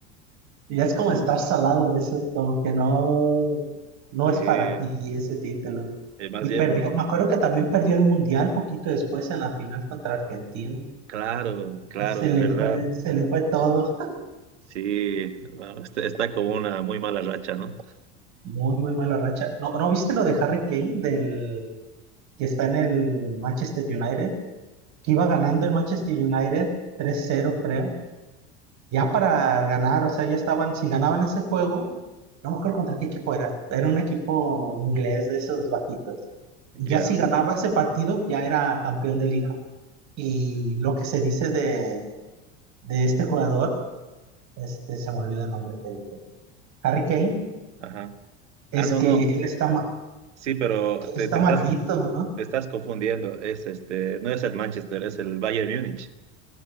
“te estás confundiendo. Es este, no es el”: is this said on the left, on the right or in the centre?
Right